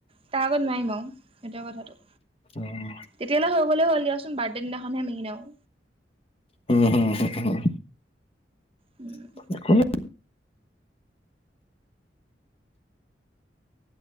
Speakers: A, on the right; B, on the left.
A: তাৰ আগত নোৱাইম আওঁ। সেইটোৱে কথাটো
B: উম
A: তেতিয়ালে হৈ গ'লে হ'ল দিয়াচোন বাৰ্থডে দিনাখনহে মেইন‌ আও।
B: উম, হুম- হুম-হুম।
A: উম,
B: <unintelligible>